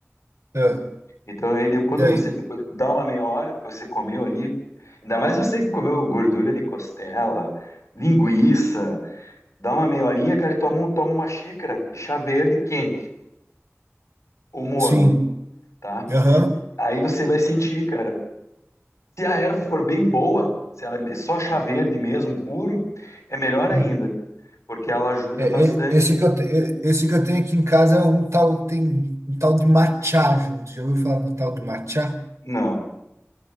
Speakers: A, on the right; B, on the left.
A: ah.
B: Então, aí, de- quando
A: Daí,
B: você depois dá uma meia hora, depois você comeu ali, ainda mais você que comeu gordura de costela, linguiça, dá uma meia horinha, cara, e toma, um- toma uma xícara de chá verde quente ou morno,
A: sim,
B: tá?
A: aham.
B: Aí você vai sentir, cara. Se a erva for bem boa, se ela é be- só chá verde mesmo, puro, é melhor ainda,
A: Hum.
B: porque ela ajuda
A: É,
B: bastante.
A: é, esse que eu, te- é, esse que eu tenho aqui em casa é um tal, tem um tal de matcha junto. Já ouviu falar no tal do matcha?
B: Não.